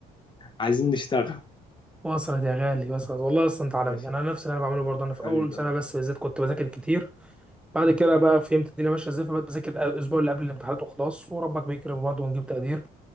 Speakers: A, on the left; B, in the centre.
A: عايزين نشتغل
B: وصلت يا غالي وصلت والله اصلا انت
A: ماشي
B: عالمي انا نفس اللي انا بعمله برضه انا
A: حبيبي
B: في اول سنه
A: حبيبي
B: بس بالذات كنت بذاكر كتير بعد كده بقى فهمت الدنيا ماشيه ازاي فبقيت بذاكر الاسبوع اللي قبل الامتحانات وخلاص وربك بيكرم برضه ونجيب تقدير